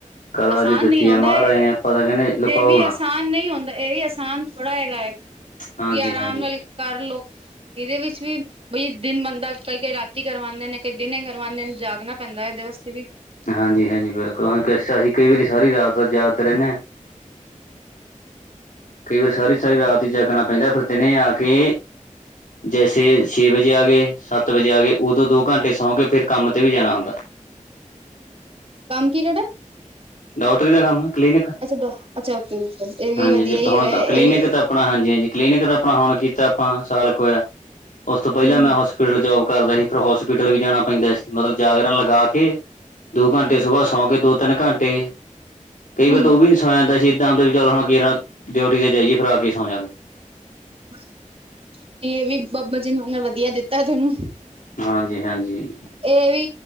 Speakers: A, on the left; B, on the right.
A: ਕਲਾ
B: ਆਸਾਨ
A: ਜੋ ਦਿੱਤੀ
B: ਨੀ ਹੁੰਦਾ
A: ਹੈ ਮਹਾਰਾਜ
B: ਏ
A: ਨੇ ਆਪਾਂ ਤਾਂ ਕਹਿੰਦੇ ਲੁਕਾਓ
B: <unintelligible> ਵੀ
A: ਨਾ।
B: ਆਸਾਨ। ਨਹੀਂ ਹੁੰਦਾ ਇਹ ਵੀ ਆਸਾਨ ਥੋੜ੍ਹਾ ਹੈਗਾ ਏ ਕਿ
A: ਹਾਂਜੀ
B: ਆਰਾਮ
A: ਹਾਂਜੀ।
B: ਨਾਲ ਕਰਲੋ। ਇਦੇ ਵਿੱਚ ਵੀ। ਬਈ ਦਿਨ ਬਣਦਾ ਕਈ ਕਈ ਰਾਤੀ ਕਰਵਾਂਦੇ ਨੇ ਕਈ ਦਿਨ ਕਰਵਾਂਦੇ ਨੇ ਜਾਗਣਾ ਪੈਂਦਾ ਏਦੇ ਵਾਸਤੇ ਵੀ।
A: ਹਾਂਜੀ ਹਾਂਜੀ, ਬਿਲਕੁਲ ਹਾਂ ਅਸੀਂ ਕਈ ਵਾਰੀ ਸਾਰੀ ਰਾਤ ਦਾ ਜਾਗਦੇ ਰਹਿੰਦੇ ਆ।
B: <inaudible>
A: ਕਈ ਵਾਰੀ ਸਾਰੀ ਸਾਰੀ ਰਾਤ ਹੀ ਜਾਗਣਾ ਪੈਂਦਾ ਫਿਰ ਦਿਨੇ ਆ ਕੇ। ਜੈਸੇ ਛੇ ਵਜੇ ਆ ਗਏ ਸੱਤ ਵਜੇ ਆ ਗਏ ਉਦੋਂ ਦੋ ਘੰਟੇ ਸੌਂ ਕੇ ਫਿਰ ਕੰਮ ਤੇ ਵੀ ਜਾਣਾ ਹੁੰਦਾ।
B: ਕੰਮ ਕੀ ਥੋਡਾ।
A: ਡਾਕਟਰੀ ਦਾ ਕੰਮ ਕਲੀਨਿਕ
B: ਅੱਛਾ ਡੋ- ਅੱਛਾ ਓਕੇ ਇਹ ਵੀ
A: ਹਾਂਜੀ
B: ਵਧੀਆ
A: ਹਾਂਜੀ
B: ਹੀ
A: ਹੁਣ
B: ਹੈਗਾ ਹੈ, ਇਹ
A: ਕਲੀਨਿਕ
B: ਵੀ
A: ਤਾਂ। ਆਪਣਾ ਹਾਂਜੀ ਹਾਂਜੀ ਕਲੀਨਿਕ ਦਾ ਆਪਣਾ ਹੁਣ ਕੀਤਾ ਆਪਾਂ ਸਾਲ ਕ ਹੋਇਆ ਉਸ ਤੋਂ ਪਹਿਲਾਂ
B: ਹਮ
A: ਮੈਂ ਹੋਸ ਪਿਟਲ ਜੋਬ ਕਰਦਾ ਸੀ ਫਿਰ ਹੋਸਪਿਟਲ ਵੀ ਜਾਣਾ ਪੈਂਦਾ ਸੀ ਮਤਲਬ ਜਾਗਰਣ ਲਗਾ ਕੇ। ਦੋ
B: ਹਮ
A: ਘੰਟੇ
B: ਹਮ ਹਮ
A: ਸੁਬ ਸੌ ਕੇ ਦੋ ਤਿੰਨ ਘੰਟੇ
B: ਹਮ
A: ਕਈ ਵਾਰ ਤਾਂ
B: ਹਮ।
A: ਓ ਵੀ ਨੀ ਸੌਇਆ ਜਾਂਦਾ ਸੀ। ਏਦਾਂ ਹੁੰਦਾ ਵੀ ਚੱਲ ਹੁਣ ਕੇਰਾ ਡਿਊਟੀ ਤੇ ਜਾਈਏ ਫੇਰ ਆ ਕੇ ਸੌ ਜਾਂਗੇ।
B: ਨਹੀਂ ਏ ਵੀ ਬਾਬਾ ਜੀਨ ਨੇ ਵਧੀਆ ਦਿੱਤਾ ਥੋਨੂੰ।
A: ਹਾਂਜੀ ਹਾਂਜੀ।
B: ਏ ਵੀ